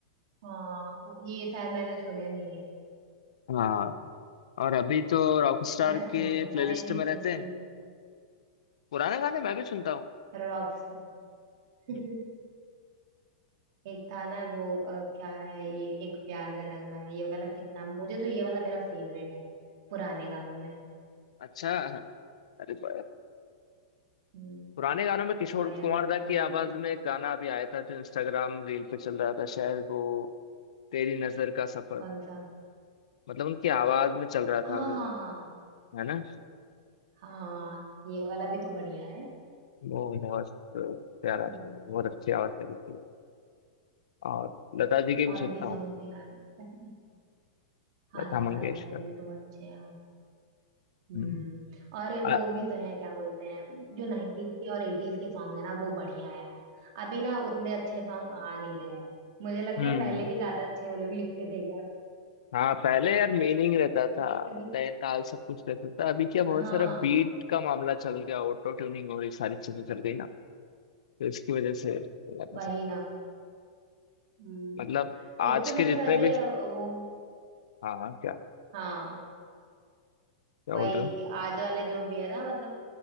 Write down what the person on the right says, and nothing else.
हाँ वो- ये शायद मैंने सुने नहीं है
मैं
पुराने
गाने भी
सुनती
हूँ
Rock star <laughs>
एक था ना वो अ, क्या है ये एक प्यार का नगमा है ये वाला कितना मुझे तो ये वाला मेरा फेवरेट है पुराने गानों में
हम्म
बढ़िया
लगता
है
मुझे
तो
कौन सा
हाँ
हाँ हाँ
हाँ ये वाला भी तो बढ़िया है
हम्म
और
भी
सॉन्ग थे यार पता है हाँ
लता
जी के भी तो अच्छे हैं हम्म
और वो
भी तो है क्या बोलते हैं जो नाइन्टीज के और एटीज के सॉन्ग है ना वो बढ़िया है यार अभी ना उतने अच्छे सॉन्ग आ नहीं रहे हैं मुझे लगता
है पहले के ज्यादा अच्छे वो लोग लिखते थे क्या
क्योंकि
हाँ
वही ना हम्म
उस पे मतलब
ऐसे
वो
हाँ
वही
कि आज वाले जो भी है ना मतलब